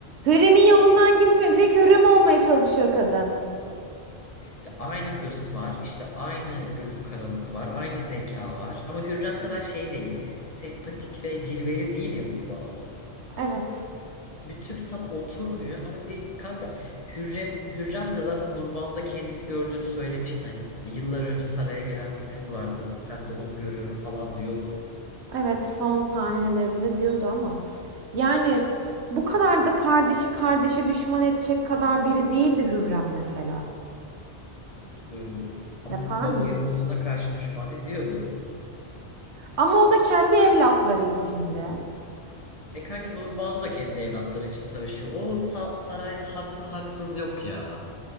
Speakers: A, on the right (about 85°); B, on the left (about 35°).
A: Hürrem'in yolundan gitmiyor. Direkt Hürrem olmaya çalışıyor kadın.
B: Ya aynı hırs var, işte aynı gözü karalık var, aynı zeka var. Ama Hürrem kadar şey değil. Sempatik ve cilveli değil ya Nurbanu.
A: Evet.
B: bir türlü tam oturmuyor ama de, kanka Hürrem Hürrem de zaten Nurban'da kendini gördüğünü söylemişti hani yıllar önce saraya gelen bir kız vardı sen de onu görüyorum falan diyordu.
A: Evet, son sahnelerinde diyordu ama. Yani bu kadar da kardeşi kardeşi düşman edecek kadar biri değildi Hürrem mesela.
B: Ee, ama
A: Yapar
B: bir babaya
A: mıydı?
B: oğluna karşı düşman ediyordu.
A: Ama o da kendi evlatları içinde.
B: E kanki Nurbanu da kendi evlatları için savaşıyor. O sa- sarayda haklı haksız yok ya.